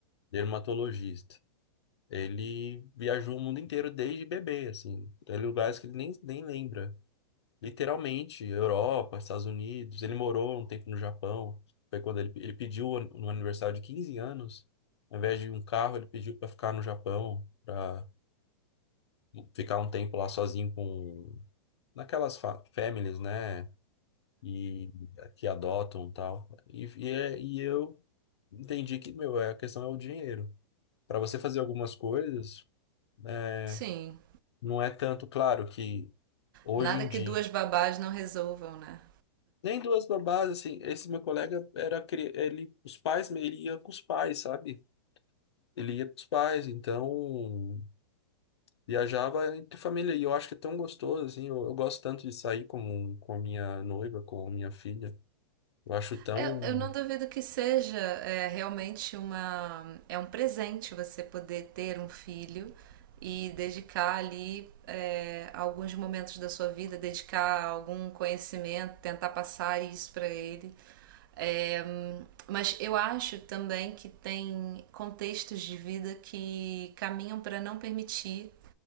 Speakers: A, on the left; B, on the right.
A: dermatologista. Ele viajou o mundo inteiro desde bebê, assim. Tem lugares que ele nem, nem lembra. Literalmente, Europa, Estados Unidos. Ele morou um tempo no Japão. Foi quando ele, ele pediu no aniversário de 15 anos, ao invés de um carro, ele pediu para ficar no Japão, para ficar um tempo lá sozinho com naquelas fa- families, né? E que adotam e tal. E, e, é- e eu entendi que, meu, é- a questão é o dinheiro. Para você fazer algumas coisas, É,
B: Sim.
A: não é tanto, claro, que hoje
B: Nada
A: em
B: que
A: dia.
B: duas babás não resolvam, né?
A: Nem duas babás, assim, esse meu colega era cri- ele, os pais, ele ia com os pais, sabe? Ele ia com os pais, então viajava entre família. E eu acho que é tão gostoso, assim, eu, eu gosto tanto de sair com, com a minha noiva, com a minha filha. Eu acho tão.
B: Eu, eu não duvido que seja é, realmente uma, é um presente você poder ter um filho e dedicar ali é, alguns momentos da sua vida, dedicar algum conhecimento, tentar passar isso para ele. É, mas eu acho também que tem contextos de vida que caminham para não permitir